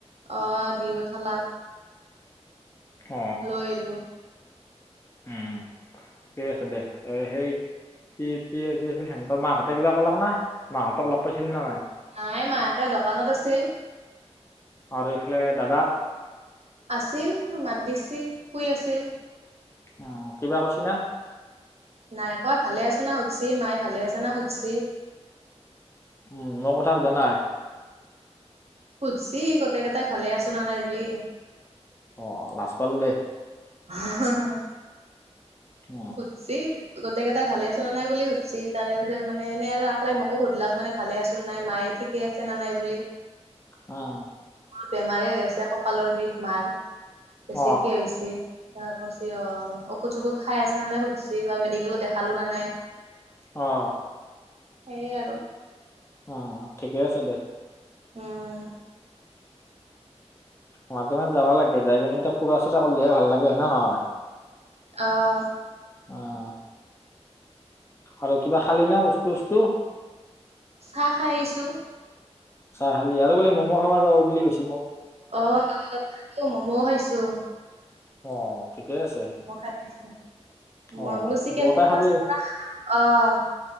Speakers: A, on the right (about 65°); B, on the left (about 20°).
A: অ দি পঠালাক
B: অ
A: লৈ আহিলো
B: উম, ঠিকে আছে দে এ, হেৰি কি-কি-কি আছিল সেহঁতৰ মাকহঁতে কিবা ক'লক না, মাহঁতক লগ পাইছিলি নে নাই?
A: নাই মায়াকে দোকানত আছিল
B: আৰু এইফালে দাদাৰ
A: আছিল, মাত দিছিল, শুই আছিল।
B: অ', কিবা কৈছি না?
A: নাই কোৱা ভালে আছ না সুধছি, মায় ভালে আছ না সুধছি।
B: উম, মোৰ কথা সোধা নাই?
A: সুধছি, গোটেকেইটাই ভালে আছোঁ নে নাই বুলি।
B: অ', লাজ পালোঁ দেহ।
A: <unintelligible>
B: অ
A: সুধছি। গোটেইটাই ভালে আছোঁ নাই বুলি সুধছি, তাৰে ভিতৰত মানে এনে আৰু আকলাই মোকো সুধিলাক মানে ভালে আছোঁ নে নাই মাই ঠিকেই আছে নে নাই বুলি।
B: উম।
A: বেমাৰেয়ে হৈ আছে কঁকালৰ বিষ মাৰ, কৈছে
B: অ
A: কিয় হৈছি? <unintelligible> কৈছি অ', অ', ঔষধ চঔষধ খাই আছেনে নাই সুধছি বা মেডিকেলত দেখালোঁ নে নাই।
B: অ'।
A: সেই আৰু।
B: অ', ঠিকে আছে দে।
A: হুম'।
B: মাজে, মাজে যাবা লাগে যায় কিনে এতিয়া ফুৰা চোৰা কৰিলেহে ভাল লাগে হয়নে নহয়?
A: অ'।
B: অ'। আৰু কিবা খালি না বস্তু চস্তু?
A: চাহ খাই আহিছোঁ।
B: চাহ খালি আৰু বোলে ম'ম' খাবা যাবা বুলি কৈছি
A: অ', <unintelligible> খাইছোঁ, মম'ও খাইছোঁ।
B: অ'। ঠিকেই আছে
A: মই <unintelligible>
B: অ',
A: মই বোলো চিকেন
B: দুয়োটাই
A: পকৰা
B: খালি
A: চকৰা খাম অ'।